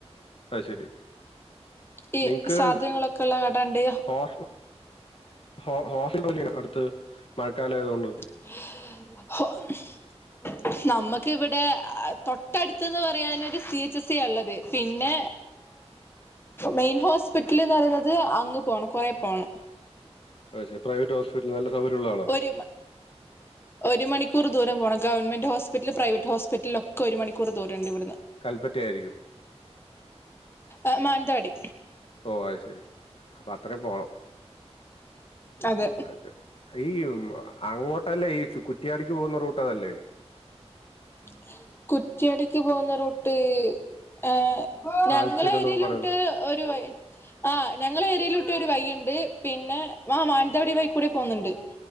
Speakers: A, on the left (about 55°); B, on the left (about 20°).
A: അ ശരി
B: ഈ
A: നിങ്ങക്ക്
B: സാധനങ്ങളൊക്കെ ഉള്ള കടണ്ട്
A: ഹോസ്- ഹോ ഹോസ് <unintelligible> അടുത്ത് മഴക്കാലം ആയതുക കൊണ്ട്
B: <inaudible> നമക്ക് ഇവിടെ തൊട്ടടുത്തന്ന് പറയാനൊരു സി എച്ച് ഏച്ച സി ള്ളത് പിന്നെ മെ ഹോസ്പിറ്റൽ പറയുന്നത് പോണം കുറേ പോകണം
A: പെ പ്രൈവറ്റ് ഹോസ്പിറ്റല് നല്ല സൗകര്യംള്ള ആണോ
B: ഒരു ഒരു മണിക്കൂർ ദൂരം പോണം ഗവൺമെന്റ് ഹോസ്പിറ്റല് പ്രൈവറ്റ് ഹോസ് പറ്റിലൊക്കെ ഒരു മണിക്കൂർ ദൂരുണ്ട് ഇവിടുന്ന്
A: കൽപ്പറ്റ ആയിരിക്കും
B: ആ മാനന്തവാടി
A: ഓ അത് ശെരി അപ്പൊ അത്രയും പോണം
B: അത
A: അത് ശരി ഈ അങ്ങോട്ടല്ലേ ഈ കുറ്റിയാടിക്ക് പോകുന്ന റൂട്ട്തല്ലേ
B: <inaudible> കുറ്റിയടിക്ക് പോകുന്ന റൂട്ട് ഏ
A: പാൽച്ചൂരം
B: ഞങ്ങളെ
A: എന്നൊക്കെ
B: എരിലോട്ട്
A: പറയുന്നത്
B: ഒരു ആ ഞങ്ങൾ ഏരിയയിലോട്ട് ഒരു വഴിയുണ്ട് പിന്നെ ആ മാനന്തവാടി വൈകൂടെ പോകുന്നുണ്ട് <inaudible>